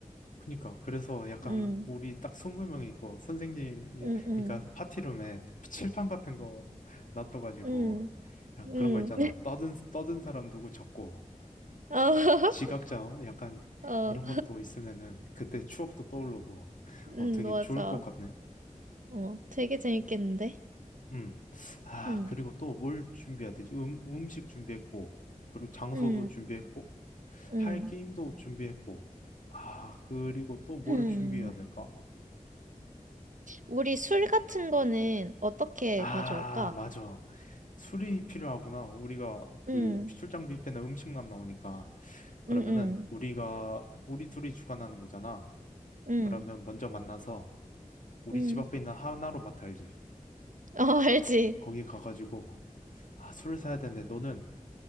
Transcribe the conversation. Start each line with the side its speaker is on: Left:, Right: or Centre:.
Left: 그니까 그래서 약간
Right: 응,
Left: 우리 딱 20명이 있고 선생님이
Right: 응, 응,
Left: 그러니까 파티룸에 또 칠판 같은 거 놔둬가지고
Right: 응,
Left: 그냥
Right: 응.
Left: 그런 거 있잖아 떠든 떠든 사람 누구 적고
Right: <laughs> 어,
Left: 지각자 약간
Right: <laughs> 어,
Left: 이런 것도 있으면은 그때 추억도 떠오르고
Right: 응,
Left: 어 되게
Right: 맞아.
Left: 좋을 것 같네
Right: 어, 되게 재밌겠는데?
Left: 음 아
Right: 응,
Left: 그리고 또 뭘 준비해야 되지 음, 음식 준비했고 그리고 장소도
Right: 응,
Left: 준비했고
Right: 응.
Left: 할 게임도 준비했고 아 그리고 또 뭘
Right: 음.
Left: 준비해야 될까
Right: 우리 술 같은 거는 어떻게
Left: 아,
Right: 가져올까?
Left: 맞아. 술이 필요하구나. 우리가 그
Right: 응,
Left: 출장 뷔페는 음식만 나오니까. 그러면은
Right: 응, 응,
Left: 우리가 우리 둘이 주관하는 거잖아.
Right: 응,
Left: 그러면 먼저 만나서 우리
Right: 응.
Left: 집 앞에 있는 하나로마트 알지?
Right: 어, <laughs> 알지?
Left: 거기 가가지고 아, 술을 사야 되는데 너는